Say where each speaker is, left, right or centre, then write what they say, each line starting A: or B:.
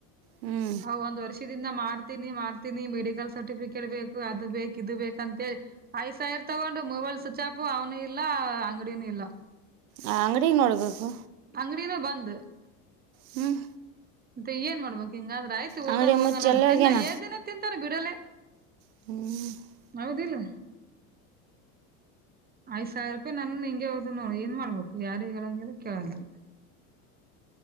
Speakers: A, on the right (about 75°); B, on the right (about 20°).
A: ಹ್ಞೂ
B: ಹ ಒಂದು ವರ್ಷ ದಿಂದ ಮಾಡ್ತೀನಿ ಮಾಡ್ತೀನಿ ಮೆಡಿಕಲ್ ಸರ್ಟಿಫಿಕೇಟ್ ಬೇಕು ಅದು ಬೇಕು ಇದು ಬೇಕ ಅಂತಿ ಐದ್ ಸಾವಿರ್ ತಗೊಂಡು ಮೊಬೈಲ್ ಸ್ವಿಚ್ ಆಫ್ ಅವ್ನು ಇಲ್ಲ ಅಂಗಡಿನೂ ಇಲ್ಲ
A: ಆ ಅಂಗಡಿಗೆ ನೋಡ್ಬೇಕು
B: ಅಂಗಡಿನ ಬಂದ
A: ಹ್ಮ್
B: ದ ಏನ್ ಮಾಡ್ಬೇಕು ಹಿಂಗಾದ್ರ ಆಯ್ತು
A: ಅಂಗಡಿ
B: ಓದಾರ ಹೋಗಣ
A: ಮುಚ್ಚಿ
B: ಅನ್ನೋದು
A: ಎಲ್ಲ
B: ದಿನ
A: ಹೋಗ್ಯಾನ
B: ಏಳ ದಿನಕ್ ತಿಂತಾರ ಬಿಡಲೆ
A: ಹ್ಮಞ
B: ಹೌದಿಲ್ಲ. ಐದ್ ಸಾವಿರ ರೂಪಾಯಿ ನನ್ ಹಿಂಗ ಹೋದವ ನೋಡ ಏನ್ ಮಾಡಬೇಕು ಯಾರ ಹೇಳೋಂಗಿಲ್ಲ ಕೇಳಂಗಿಲ್ಲ.